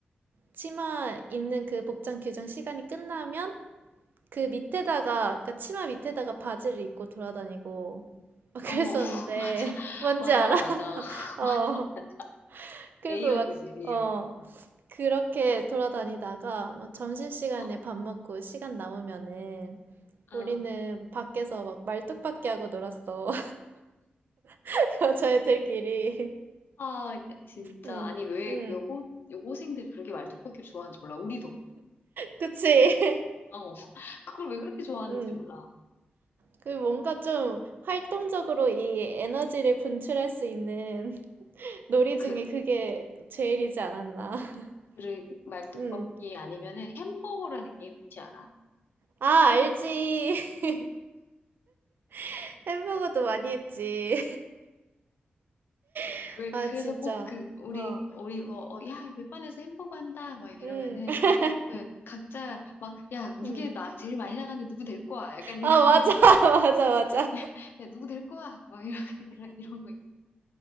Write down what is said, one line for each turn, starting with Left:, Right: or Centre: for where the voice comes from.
Right: 치마 입는 그 복장 규정 시간이 끝나면, 그 밑에다가, 그니까 치마 밑에다가 바지를 입고 돌아다니고, <laughs> 막 그랬었는데,
Left: 어, <laughs> 맞아,
Right: 뭔지
Left: 맞아,
Right: 알아?
Left: 맞아,
Right: <laughs>
Left: <laughs>
Right: 어.
Left: 맞아, 맞아.
Right: 그리고
Left: 레이어드지,
Right: 막,
Left: 레이어드.
Right: 어, 그렇게 돌아다니다가 막 점심시간에
Left: 어,
Right: 밥 먹고 시간 남으면은 우리는
Left: 어.
Right: 밖에서 막 말뚝박기 하고 놀았어. <laughs> 여자애들끼리.
Left: 아, 진짜.
Right: 응,
Left: 아니, 왜
Right: 응.
Left: 여고, 여고생들이 그렇게 말뚝박기를 좋아하는지 몰라. 우리도.
Right: 그치? <laughs>
Left: 어, 그걸 왜 그렇게 좋아하는지
Right: 응.
Left: 몰라.
Right: 그 뭔가 좀 활동적으로 이 에너지를 분출할 수 있는 <laughs> 놀이
Left: 그,
Right: 중에 그게 제일이지 않았나. <laughs>
Left: 그 말뚝박기
Right: 응.
Left: 아니면은 햄버거라는 게 뭔지 알아?
Right: 아, 알지. <laughs> 햄버거도 많이 했지. <laughs>
Left: 왜,
Right: 아,
Left: 그래서
Right: 진짜.
Left: 꼭 그, 우리,
Right: 어,
Left: 우리, 어, 어, 야, 몇 반에서 햄버거 한다. 막 이러면은,
Right: 응, <laughs>
Left: 그, 각자 막, 야, 무게
Right: 응.
Left: 나, 제일 많이 나가는데 누구 될 거야? 약간 이런,
Right: 아, 맞아, <laughs> 맞아, 맞아.
Left: <laughs> 야, 누구 될 거야? 막 이런, 이런, 이런 거 있어.